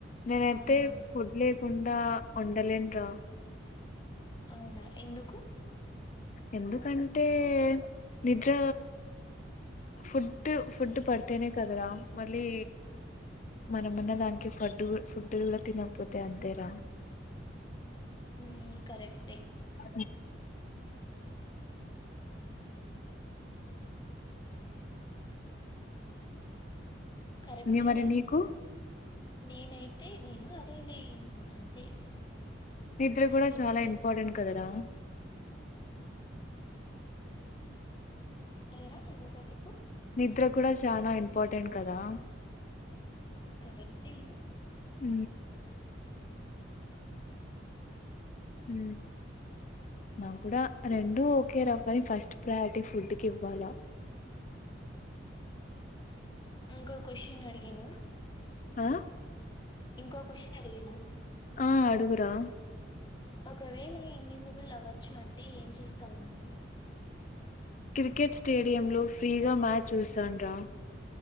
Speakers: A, on the left (about 40°); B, on the left (about 25°).
A: నేనైతే
B: అవునా
A: ఫుడ్ లేకుండా ఉండలేను రా
B: అవునా ఎందుకు
A: ఎందుకంటే నిద్ర ఫుడ్ ఫుడ్ పడితేనే కదరా మళ్ళీ మనమన్న దానికి ఫడ్ ఫుడ్ కూడా తినకపోతే అంతేరా
B: ఉ కరెక్ట్
A: అ
B: కరెక్టే
A: ఇగా మరి
B: రా
A: నీకు
B: నేనైతే నేను అదే లే అంతే
A: నిద్ర కూడా
B: నిద్ర
A: చాలా ఇంపార్టెంట్ కదరా
B: అయరాంగసారి చెప్పు
A: నిద్ర కూడా చాలా ఇంపార్టెంట్ కదా
B: కరెక్టే
A: ఉ
B: అ
A: ఉ నాకు కూడా రెండు ఒకరా కాన్ని ఫస్ట్ ప్రయారిటీ ఫుడ్ కి ఇవ్వాలా
B: ఇంకో క్వశ్చన్ అడిగిన
A: ఆ
B: ఇంకో క్వశ్చన్ అడిగనా
A: ఆ అడుగురా
B: ఒకవేళ ఇన్విజిబుల్ అవ్వచ్చు అంటే ఏం చేస్తావు నువ్వు
A: క్రికెట్ స్టేడియంలో ఫ్రీగా మ్యాచ్ చూశాను రా